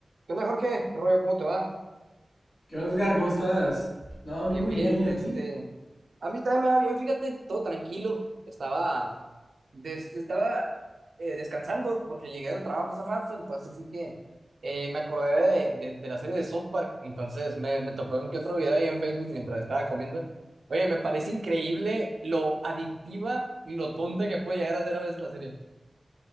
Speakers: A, on the right; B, on the left.
A: ¿Qué onda, Jorge? Rollo, ¿cómo te va?
B: ¿Qué onda, Edgar? ¿Cómo estás? No, a mí
A: Bien,
B: muy
A: bien,
B: bien, ¿y
A: de
B: a
A: este...
B: ti?
A: A mí también me va bien, fíjate, todo tranquilo. Estaba, des- estaba eh, descansando porque llegué del trabajo hace rato, entonces sí que eh, me acordé de, de- de la serie de South Park, entonces me, me topé un que otro video ahí en Facebook mientras estaba comiendo. Oye, me parece increíble lo adictiva y lo tonta que puede llegar a ser a veces la serie.